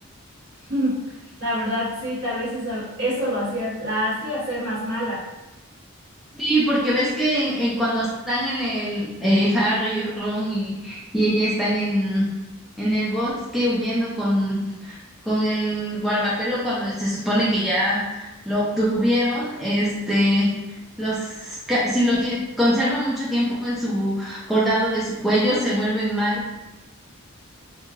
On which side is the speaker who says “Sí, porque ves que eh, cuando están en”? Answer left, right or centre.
Centre